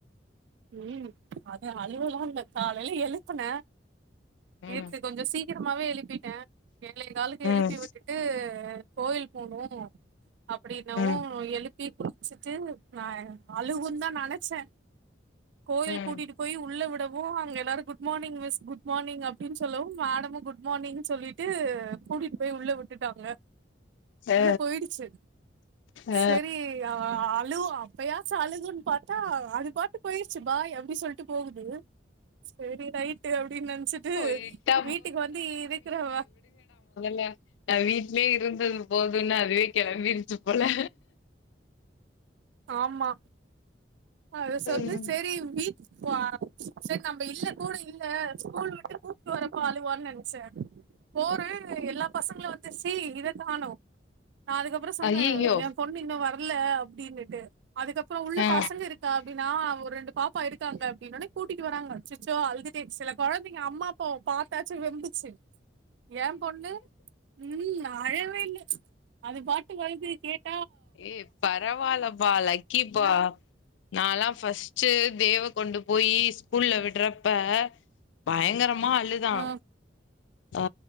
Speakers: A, on the right (about 70°); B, on the left (about 80°).
A: ம் அது அழவலா இல்ல காலைல எழுப்புன நேத்து
B: ம்
A: கொஞ்சொ சீக்கிரமாவே எழுப்பிட்ட ஏழே காலுக்கு
B: ம்
A: எழுப்பி விட்டுட்டு கோயில் போணு அப்டின்னவு
B: ம்
A: எழுப்பி குளிச்சிட்டு அழுவுன்தா நெனச்ச கோயில்
B: ம்
A: கூட்டிட்டு போய் உள்ள விடம் போ அங்க எல்லாரு குட் மானிங் மிஸ் குட் மானிங் அப்டின் சொல்லவு மேடமு குட் மானிங் சொல்லி ட்டு கூட்டியிட் போய் உள்ள விட்டுட்டாங்க
B: அ
A: உள்ள போயிடுச்சி
B: அ
A: செரி அவ ஆ ழுவு அப்பையாச்சு அழுகுன் பாத்தா அது பாட்டுக் போய்ர்ச்சி பாய் அப்டி சொல்ட்டு போகுது சேரி ரைட்டு அப்டின் நெனச்சிட்டு
B: விட்டா
A: வீட்டுக்கு வந்து இருக்குறவ
B: லா நா வீட்லயே இ ருந்தது போதுன்னு அதுவே கெளம்பிருச்சு போல
A: ஆமா அத சொல்லு
B: ம்
A: சேரி வீட்டுக் வா சேரி நம்ப இல்ல கூட இல்ல ஸ்கூல் விட்டு கூட்னு வரப்போ அழுவான் நெனச்ச போர எல்லா பசங்களு வந்த்ரிச்சி இதக் காணு நா அதுக்கப்னொ சொன்ன
B: அய்யய்யோ
A: ஏ பொண்ணு இன்னு வர்ல அப்டினுட்டு அதுக்கப்றொ உள்ள
B: அ
A: பசங்க இருக்கா அப்டின்னா ஒரு ரெண்டு பாப்பா இருக்காங்க அப்டின்ன ஒன்னே கூட்டிட்டு வராங்க அச்சச்சோ அழ்துட்டே செல கொழந்தைங்க அம்மா அப்பாவ பாத்தாச்சி வெம்பி செரி ஏம் பொண்ணு ம் அழவே இல்லே அதுப் பாட்டு வருது கேட்
B: ஏ பரவால்லப்பா லக்கிப்பா நா ஃபஸ்ட்டு தேவ்வ கொண்டு போயி ஸ்கூல்ல விட்றப்ப பயங்கரம் மா அழுதா
A: ஆ
B: ஆ